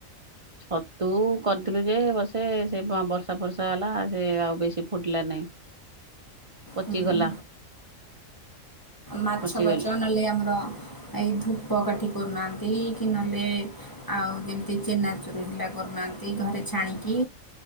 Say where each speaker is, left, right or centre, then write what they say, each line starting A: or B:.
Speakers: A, on the right; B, on the left.
A: ଛତୁ କରିଥିଲୁ ଯେ ବଷେ ସେ ବ-ବର୍ଷା ଫର୍ଷା ହେଲା। ସେ ଆଉ ବେଶୀ ଫୁଟିଲା ନାଇଁ। ପଚିଗଲା।
B: ହୁଁ। ମାଛ
A: ପଚିଗଲା
B: ପାଛ ନହେଲେ ଆମର ଏଇ ଧୂପ କାଠି କରୁନାହାନ୍ତି କି ନଲେ ଆଉ ଯେମିତି ଚେନାଚୁରୁ ହେଲା କରୁନାହାନ୍ତି ଘରେ ଛାଣିକି।